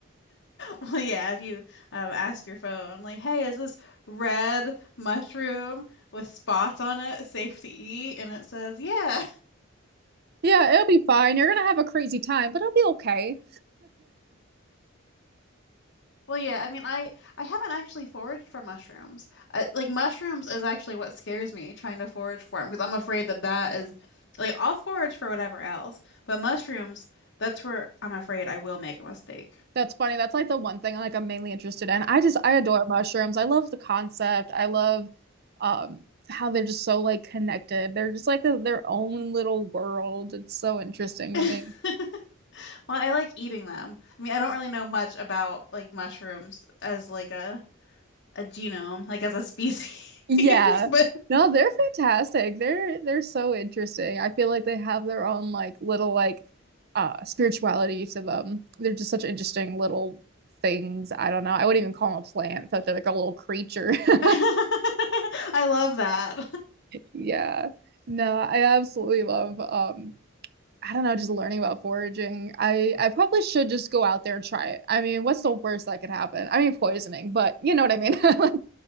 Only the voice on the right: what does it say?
Yeah, it'll be fine. You're gonna have a crazy time, but it'll be okay.
That's funny. That's like the one thing like I'm mainly interested in. I just I adore mushrooms. I love the concept. I love um how they're just so like connected. They're just like the, their own little world. It's so interesting
to me.
Yeah.
No, they're fantastic. They're they're so interesting. I feel like they have their own like little like uh spirituality to them. They're just such interesting little things. I don't know. I wouldn't even call them a plant. I feel like they're like a little creature.
<laughs>
Yeah. No, I absolutely love um I don't know, just learning about foraging. I I probably should just go out there and try it. I mean, what's the worst that could happen? I mean, poisoning, but you know what I mean? <laughs> Like,